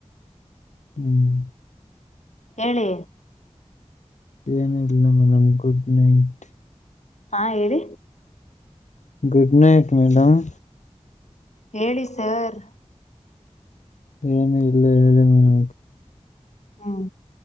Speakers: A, on the left (about 80°); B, on the left (about 70°).
A: ಹ್ಮ್
B: ಏಳೆ
A: ಏನ ಇಲ್ಲ ಮೇಡಮ್ ಗಡ್ ನೈಟ್
B: ಹಾ ಹೇಳಿ
A: ಗುಡ್ ನೈಟ್ ಮೇಡಮ್
B: ಹೇಳಿ ಸರ್
A: ಏನು ಇಲ್ಲ ಏಳೇ ಮೇಡಂ
B: ಹ್ಮ್